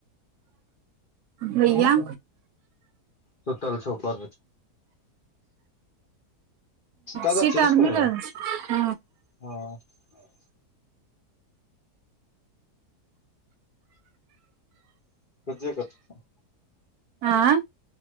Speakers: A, on the right (about 75°); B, on the left (about 35°).
A: भैया
B: हँ सुतल छौ उपर कतऽ
A: सीट
B: छै
A: आर
B: स्कूल
A: मिलल
B: हं <unintelligible>
A: छै
B: <unintelligible>
A: एंय